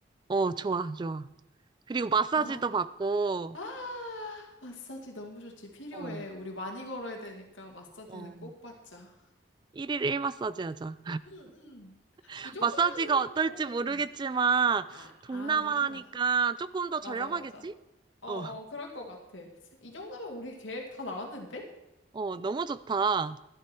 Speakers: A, on the right; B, on the left.
A: 어, 좋아, 좋아. 그리고 마사지도
B: 아,
A: 받고,
B: 아, 마사지 너무 좋지. 필요해.
A: 어,
B: 우리 많이 걸어야 되니까 마사지는
A: 어,
B: 꼭 받자.
A: 1일 1 마사지 하자.
B: 응, 응.
A: <laughs>
B: 이 정도면은,
A: 마사지가 어떨지
B: 어, 어.
A: 모르겠지만,
B: 아,
A: 동남아니까
B: 아, 괜찮아.
A: 조금 더
B: 맞아,
A: 저렴하겠지?
B: 맞아. 어,
A: 어,
B: 어, 그럴 것 같아. 이 정도면 우리 계획 다 나왔는데?
A: 어, 너무 좋다.